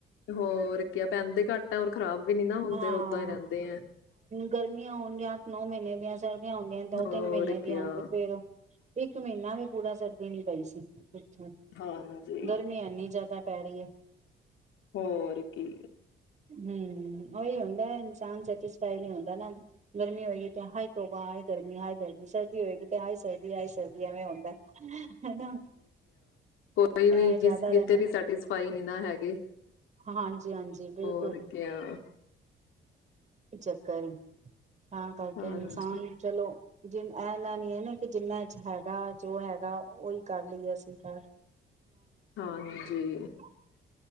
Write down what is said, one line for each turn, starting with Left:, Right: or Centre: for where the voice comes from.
Left: ਹੋਰ ਕਿਆ ਪੈਂਦੇ ਘੱਟ ਆ ਔਰ ਖ਼ਰਾਬ ਵੀ ਨੀ ਨਾ ਹੁੰਦੇ
Right: ਹਾਂ,
Left: ਓਦਾਂ ਹੀ ਰਹਿੰਦੇ ਆ।
Right: ਗਰਮੀਆਂ ਹੋਣ ਗਈਆਂ ਨੌ ਮਹੀਨੇ ਦੀਆਂ ਵੀ ਆਉਂਦੀਆਂ ਦੋ
Left: ਹੋਰ
Right: ਤਿੰਨ ਮਹੀਨੇ ਵੀ
Left: ਕਿਆ
Right: ਆਉਦੇ ਫੇਰ ਇੱਕ ਮਹੀਨਾ ਵੀ ਪੂਰਾ ਸਰਦੀ ਨੀ ਪਈ ਸੀ ਅੱਛਾ।
Left: ਹਾਂਜੀ
Right: ਗਰਮੀ ਐਨੀ ਜ਼ਿਆਦਾ ਪੈ ਰਹੀ ਐ
Left: ਹੋਰ ਕੀ
Right: ਹੂੰ, ਉਹੀ ਹੁੰਦਾ ਇਨਸਾਨ ਸੈਟਿਸਫਾਈ ਨਹੀਂ ਹੁੰਦਾ ਨਾ ਗਰਮੀ ਹੋਏਗੀ ਤੇ ਹਾਏ ਤੋਬਾ ਹਾਏ ਗਰਮੀ ਹਾਏ ਗਰਮੀ ਸਰਦੀ ਹੋਏਗੀ ਤੇ ਹਾਏ ਸਰਦੀ ਹਾਏ ਸਰਦੀ ਐਵੇਂ ਹੁੰਦਾ ਹਨਾ
Left: ਕਈ ਵੀ
Right: ਇਹ ਜ਼ਿਆਦਾ
Left: ਕਿਤੇ
Right: ਰਹਿੰਦਾ
Left: ਵੀ ਸੈਟਿਸਫਾਈ ਨੀ ਨਾ ਹੈਗੇ
Right: ਹਾਂਜੀ ਹਾਂਜੀ ਬਿਲਕੁਲ
Left: ਹੋਰ ਕੀ ਹ
Right: ਚੱਕਰ ਤਾਂ ਕਰਕੇ
Left: ਹਾਂਜੀ
Right: ਇਨਸਾਨ ਚਲੋ ਜਿ ਇਨਾ ਨੀ ਹੈ ਨਾ ਕਿ ਜਿੰਨਾ ਚ ਹੈਗਾ ਜੋ ਹੈਗਾ ਉਹੀ ਕਰ ਲਈਏ ਅਸੀਂ ਘਰ
Left: ਹਾਂਜੀ
Right: ਹੂੰ,